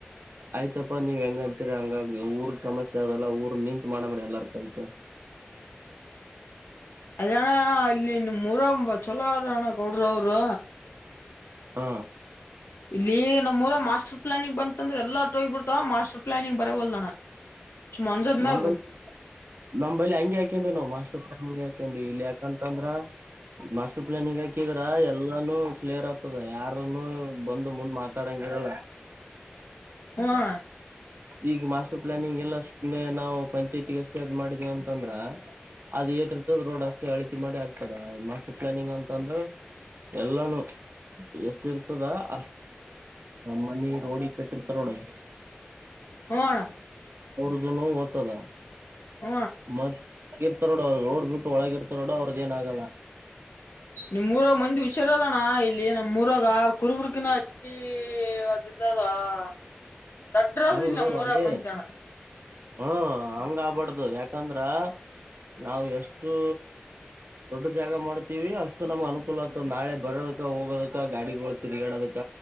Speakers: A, on the right; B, on the left.
A: ಆಯ್ತಪ್ಪಾ ನೀವ್ ಹೆಂಗ ಅಂತೀರಿ ಹಂಗ ಊರ್ ಸಮಸ್ಯೆ ಅದಲ್ಲ ಊರ್ ನಿಂತ್ ಮಾಡಮ್ರಿ ಎಲ್ಲಾರ್ ಕಲ್ತ್
B: ಅದೆ ಅಣ್ಣ ಇಲ್ಲಿ ನಿಮ್ ಊರಾಗ ಚಲೋ ಆರ ಅಣ್ಣ ಗೌಡರು ಅವರು
A: ಹಾ
B: ಇಲ್ಲಿ ನಮ್ಮ್ ಊರ ಮಾಸ್ಟರ್ ಪ್ಲಾನಿಂಗ ಬಂತಂದ್ರ ಎಲ್ಲಟ್ಟ ಹೋಗಿ ಬಿಡ್ತವ್ ಮಾಸ್ಟರ್ ಪ್ಲಾನಿಂಗ್ ಬರವಲ್ದಣ್ಣ ಸುಮ್ ಅನ್ಸದ್
A: ನಮ್ಮ
B: ಮ್ಯಾಗ
A: ಬಲಿ ನಮ್ಮ ಬಲಿ ಹಂಗೆ ಆಕಂಡಿವ ನಾವ್ ಮಾಸ್ಟರ್ ಪ್ಲಾನಿಂಗ್ ಹಾಕಂಡಿ ಇಲ್ಲ ಯಾಕಂತಂದ್ರ ಮಾಸ್ಟರ್ ಪ್ಲಾನಿಂಗ್ ಹಾಕಿದ್ರ ಎಲ್ಲಾನೂ ಕ್ಲಿಯರ್ ಆಗ್ತದ ಯಾರನು ಬಂದು ಮುಂದ್ ಮಾತ ತಡಂಗಿರಲ್ಲ
B: ಹು ಹಾ
A: ಈಗ ಮಾಸ್ಟರ್ ಪ್ಲಾನಿಂಗ್ ಎಲ್ಲ ಸುಮ್ಮೆ ನಾವು ಪಂಚಾಯತಿಗೆ ಅಷ್ಟೇ ಅದು್ ಮಾಡಿದೇವ ಅಂತಂದ್ರ ಅದ ಏಟಿರ್ತದ ರೋಡ್ ಅಷ್ಟೇ ಅಳತಿ ಮಾಡಿ ಆಗ್ತದ ಮಾಸ್ಟರ್ ಪ್ಲಾನಿಂಗ್ ಅಂತ ಅಂದ್ರ ಎಲ್ಲಾನು ಎಷ್ಟ ಇರ್ತದ ಅ ಮನಿ ರೋಡಿ ಕಟ್ಟಿರ್ತಾರ ನೋಡಿ
B: ಹ್ಮ್
A: ಅವ್ರಗನು ಓದ್ತದ
B: ಹ
A: ಮತ್ತಗಿರ್ತಾರೋಡು ಅವ್ರು ರೋಡ್ ಬಿಟ್ಟು ಒಳಗ ಇರ್ತಾರೋಡು ಅವ್ರದ ಏನಾಗಲ್ಲ
B: ನಿಮ್ ಊರಾಗ ಮಂದಿ ಹುಷಾರ ಅದಣ್ಣ ಇಲ್ಲಿ ನಮ್ ಊರಾಗ ಕುರ್ಬುರ್ಗಿನ ಹಕಿ ಅದಿದ್ದಾಗವಾ <unintelligible>
A: <unintelligible>
B: ದಾಡ್ರು ಹೌದಲ್ಲ
A: ಹ್ಮ್
B: ನಮ್
A: ಹ್ಮ್
B: ಊರಾಗ
A: ಅದೇ
B: ಮಂದಿ ಅಣ್ಣ
A: ಹ್ಮ ಹಂಗ ಆಬಾರ್ದು ಯಾಕಂದ್ರ ನಾವು ಎಷ್ಟು ದೊಡ್ಡ ಜಾಗ ಮಾಡ್ತೀವಿ ಅಷ್ಟು ನಮ್ ಅನುಕೂಲ ನಾಳೆ ಬರೋದಕ ಹೋಗೋದಕ ಗಾಡಿ ತಿರುಗಾಡೋದಕ್ಕ